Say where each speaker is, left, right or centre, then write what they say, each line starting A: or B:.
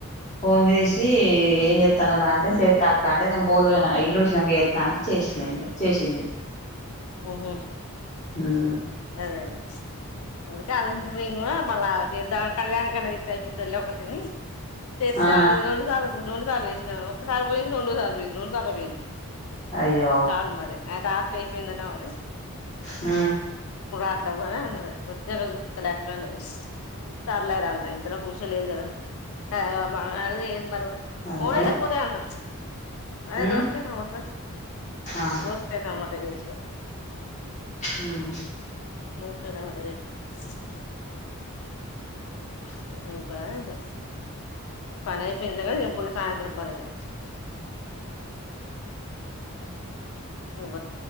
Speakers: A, on the left; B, on the left.
A: ఫోన్ చేసి ఏం చె తనవు అంటే చేత్తక్క అంటే నేను బోలుతోమిన ఇల్లు ఊడిసినంక చేత్తా అంటే చేసిన ఇగ చేసింది
B: ఉహు
A: ఉమ్
B: అదే అందుకే ఆలోచించంగ్ మల్ల తీద్దాం కళ్యాణ కి అన్న తీతే అయిపోతుందిలే ఒకటిని చెప్తే
A: ఆ
B: అది రెండు సార్లు రెండు సార్లు తీసిన ఒకసారి పోయింది రెండోసారి పోయింది. రెండు సార్లు పోయింది.
A: అయ్యో
B: కాల్ మరి ఆ టాక్ అయిపోందట మరి
A: ఆ
B: అట్లా పోయి వత్తె చూపిత్తలే అక్క అన్నది సర్లే రా అన్న ఇంతలో కుషోలేదు <unintelligible>
A: అదే
B: పోను అయితే పోత అంటరు అదే
A: మ్మ్
B: దోస్కతమంట
A: ఆహా
B: దోసకాయ టమాట చేసు
A: ఉహు
B: దోస్కాయి టమాటా జేసిన బ బాలేదు పనైపోయిందిగా ఇగ మల్ల సాయంత్రం పని ఇ <unintelligible>